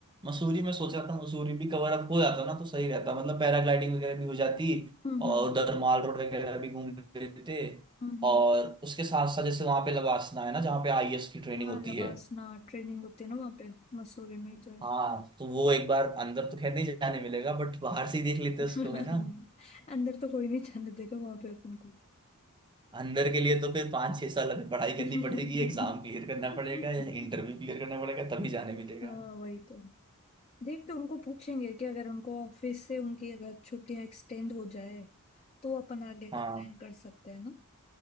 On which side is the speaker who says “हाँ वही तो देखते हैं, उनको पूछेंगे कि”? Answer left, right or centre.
Left